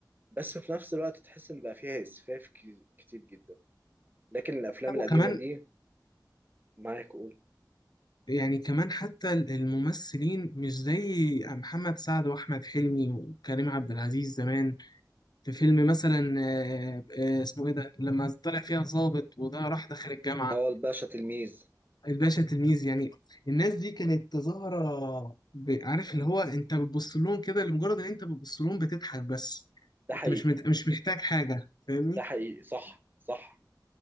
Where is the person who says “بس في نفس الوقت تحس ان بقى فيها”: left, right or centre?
Right